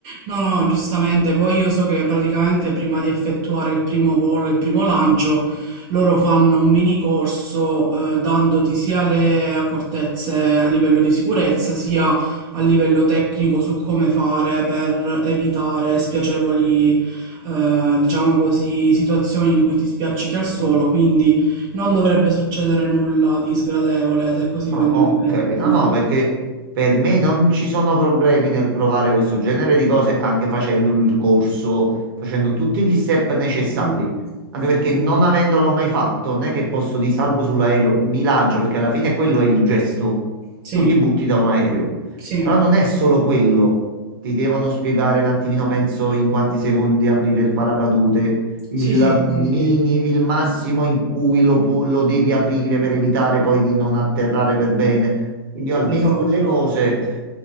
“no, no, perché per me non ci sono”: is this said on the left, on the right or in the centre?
Right